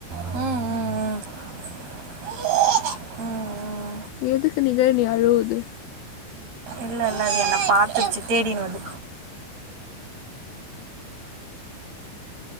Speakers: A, on the right (about 65°); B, on the left (about 75°).
A: ம் ம் ம் ம் ம்
B: எதுக்கு நிவேனி அழுவுது
A: இல்ல இல்ல அது என்ன பாத்துருச்சி தேடினுவருது